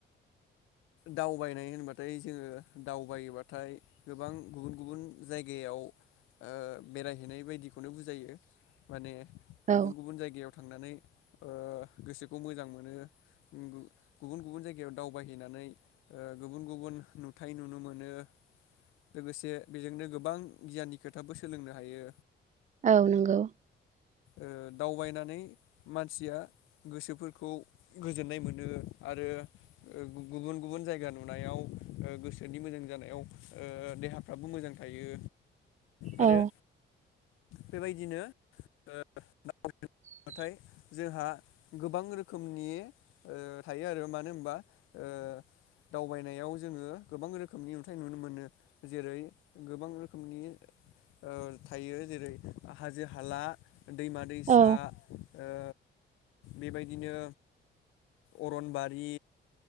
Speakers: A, on the left; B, on the right.
A: दावबायनाय होनबाथाय जोंङो दावबायोबाथाय गोबां गुबुन गुबुन जायगायाव ओ बेरायहैनाय बायदिखौनो बुजायो माने
B: औ
A: गुबुन गुबुन जायगायाव थांनानै ओ गोसोखौ मोजां मोनो उम गु गुबुन गुबुन जायगायाव दावबायहैनानै ओ गुबुन गुबुन नुथाय नुनो मोनो लोगोसे बेजोंनो गोबां गियाननि खोथाबो सोलोंनो हायो
B: औ नंगौ।
A: ओ दावबायनानै मानसिया गोसोफोरखौ गोजोननाय मोनो आरो <inaudible> गुबुन गुबुन जायगा नुनायाव गोसोनि मोजां जानायाव ओ देहाफ्राबो मोजां थायो। आरो
B: औ
A: बेबायदिनो <unintelligible>
B: <inaudible>
A: नाथाय जोंहा गोबां रोखोमनि थायो आरो मानो होनबा
B: <inaudible>
A: ओ दावबायनायाव जोंङो गोबां रोखोमनि अन्थाइ नुनो मोनो जेरै गोबां रोखोमनि ओ थायो जेरै- हाजो-हाला दैमा-दैसा
B: औ
A: ओ बेबायदिनो अरनबारि